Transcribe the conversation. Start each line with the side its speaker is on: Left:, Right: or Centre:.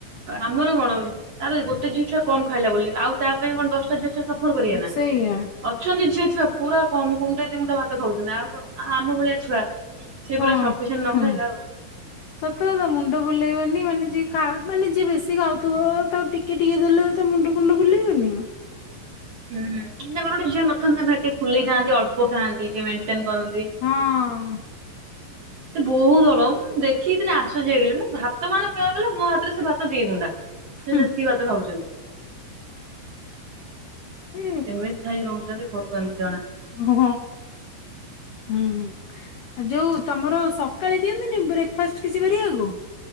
Right: ଆମର କଣ ତାର ଗୋଟେ ଜିନିଷ କମ ଖାଇଲା ବୋଲି ଆଉ ତା ପାଇଁ କଣ ଦଶଟା ଜିନିଷ କରିଆ ନା
Left: ସେଇଆ
Right: ଅଛନ୍ତି ଝିଅ ଛୁଆ ପୁରା କମ ଗୁଣ୍ଡେ ଦି ଗୁଣ୍ଡା ଭାତ ଖାଉଛନ୍ତି। ଆଉ କଣ ଆମ ଭଳିଆ ଛୁଆ ସେ
Left: ହଁ
Right: ପୁରା ସଫିସିଏଣ୍ଟ
Left: ହୁଁ
Right: ନ ଖାଇଲେ ଆଉ
Left: ସତ କଥା ମୁଣ୍ଡ ବୁଲେଇବନି ମାନେ ଯିଏ ଖା ମାନେ ଯିଏ ବେଶୀ ଖାଉଥିବ ତାକୁ ଟିକେ ଟିକେ ଦେଲେ ତା ମୁଣ୍ଡ ଫୁଣ୍ଡ ବୁଲେଇବନି ।
Right: ହୁଁ ଗୋଟେ ଗୋଟେ ଝିଅ ନଥାନ୍ତି ସେ ଟିକେ ଫୁଲେଇ ଥାଆନ୍ତି ଅଳ୍ପ ଖାଆନ୍ତି। ସେମାନେ ମେଣ୍ଟେନ କରନ୍ତି। <inaudible>
Left: ହଁ
Right: ସେ ବହୁତ ଅଳପ ମୁଁ ଦେଖିକି ଦିନେ ଆଶ୍ଚର୍ଯ୍ୟ ହେଇଗଲି। ଭାତ ମାନେ କହିଆକୁ ଗଲେ ମୋ ହାତରେ ସେ ଭାତ ଦି ଗୁଣ୍ଡା ସେ
Left: ହୁଁ।
Right: ଯେତିକି ଭାତ ଖାଉଛନ୍ତି। <inaudible>
Left: ଏ
Right: କେମିତି ଖାଇ ରହୁ ଛନ୍ତି ଭଗବାନଙ୍କୁ ଜଣା।
Left: ହଁ ହୁଁ ଯୋଉ ତମର ସକାଳେ ଦିଅନ୍ତିନି ବ୍ରେକ୍ ଫାଷ୍ଟ କିଛି କରିବାକୁ।